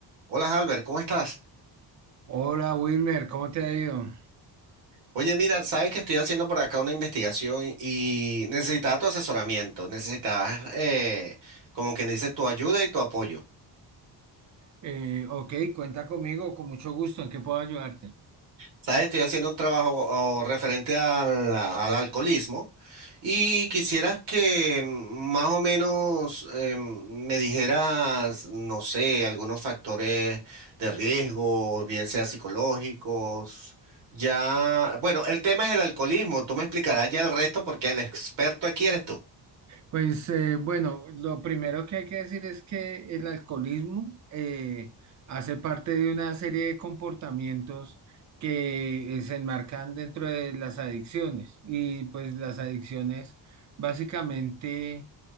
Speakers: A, on the right; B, on the right.
A: Hola Albert, ¿cómo estás?
B: Hola Wilmer, ¿cómo te ha ido?
A: Oye, mira, sabes que estoy haciendo por acá una investigación y necesitaba tu asesoramiento, necesitaba, eh, como quien dice, tu ayuda y tu apoyo.
B: Eh, ok, cuenta conmigo, con mucho gusto, ¿en qué puedo ayudarte?
A: ¿Sabes? Estoy haciendo un trabajo o, referente al, al alcoholismo y quisieras que mm, más o menos eh, me dijeras, no sé, algunos factores de riesgo, bien sea psicológicos. Ya, bueno, el tema es el alcoholismo. Tú me explicarás ya el resto porque el experto aquí eres tú.
B: Pues eh, bueno, lo primero que hay que decir es que el alcoholismo eh, hace parte de una serie de comportamientos que eh, se enmarcan dentro de las adicciones y pues las adicciones básicamente